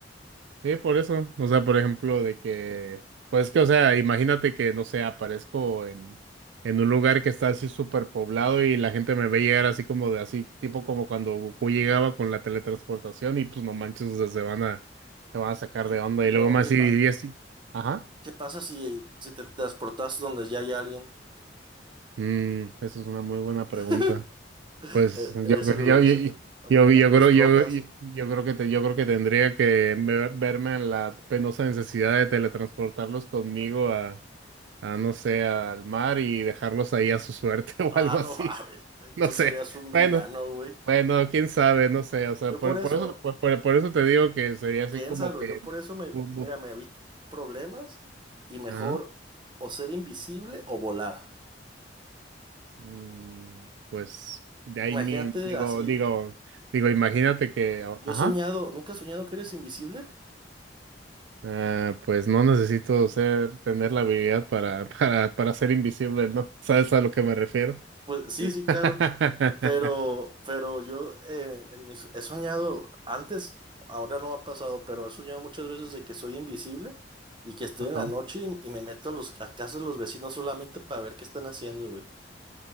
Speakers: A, on the right; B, on the right.
A: Sí, por eso. O sea, por ejemplo, de que, pues que, o sea, imagínate que, no sé, aparezco en, en un lugar que está así súper poblado y la gente me ve llegar así como de así, tipo como cuando Goku llegaba con la teletransportación y pues no manches, o sea, se van a, se van a sacar
B: Y,
A: de onda
B: y luego,
A: y luego más
B: ¿qué,
A: así,
B: pa-
A: y así. Ajá.
B: ¿Qué pasa si, si te transportas donde ya hay alguien?
A: Mm, eso es una muy buena pregunta.
B: <laughs>
A: Pues
B: En en
A: yo,
B: ese
A: cre-
B: lugar
A: yo, yo,
B: se-
A: yo, yo
B: lo
A: creo,
B: explotas.
A: yo, yo, yo creo que te, yo creo que tendría que ver- verme en la penosa necesidad de teletransportarlos conmigo a a, no sé, al mar y dejarlos ahí a su suerte <laughs> o
B: Ah,
A: algo así.
B: no mames. Entonces
A: No sé.
B: serías un
A: Bueno,
B: villano, güey.
A: bueno, quién sabe, no sé. O sea,
B: Yo
A: por,
B: por eso,
A: por eso, por, por- por eso te digo que sería así
B: piénsalo,
A: como que.
B: yo por eso me,
A: bu-
B: mira,
A: bu-
B: me evito problemas y mejor
A: Ajá.
B: o ser invisible o volar.
A: Mm, Pues, de ahí
B: Imagínate
A: mi, digo,
B: así.
A: digo, digo, imagínate que, o-
B: Yo
A: ajá.
B: he soñado, ¿nunca has soñado que eres invisible?
A: Ah, pues no necesito ser, tener la habilidad para, <laughs> para, para ser invisible, ¿no? ¿Sabes a lo que me refiero?
B: Pues sí,
A: <laughs>
B: sí, claro, pero, pero yo eh, en mis- he soñado antes, ahora no ha pasado, pero he soñado muchas veces de que soy invisible y que estoy
A: Ajá.
B: en la noche y, y me meto a los a casas de los vecinos solamente para ver qué están haciendo, güey.